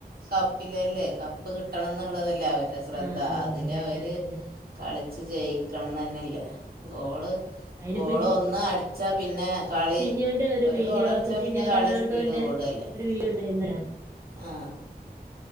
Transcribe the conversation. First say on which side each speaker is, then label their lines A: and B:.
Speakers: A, on the right (about 65°); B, on the right (about 15°).
A: കപ്പിലല്ലേ. കപ്പ് കിട്ടണം ന്നുള്ളതല്ലേ അവര് ശ്രദ്ധ
B: ആ
A: അതിലവര്
B: അതന്നെ അതന്നെ
A: കളിച്ച് ജയിക്കണം നന്നെല്ലേ ഗോള്
B: അതിനിപ്പോ
A: ഗോളൊന്ന് അടിച്ചാ പിന്നെ കളി
B: ഞൊൻ്റെ ഒരു വീഡിയോ
A: ഗോൾ അടിച്ചാൽ
B: ക്രിസ്‌ത്യാനോ
A: പിന്നെ കളി
B: റൊണാൾഡോന്റെ
A: സ്പീഡ് കൂടുകയല്ലേ
B: ഒരു വീഡിയോണ്ടായ്ര്നിലെ
A: ആ